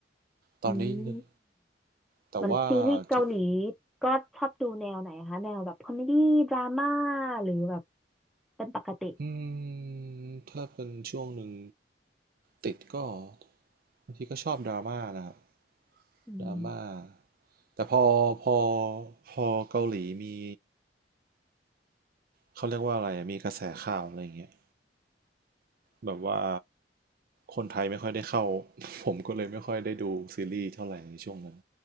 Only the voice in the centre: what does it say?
อืม
เหมันซีรีส์เกาหลีก็ชอบดูแนวไหนคะแนวแบบคอมเมดี้ดราม่าหรือแบบเป็นปกติ
อืม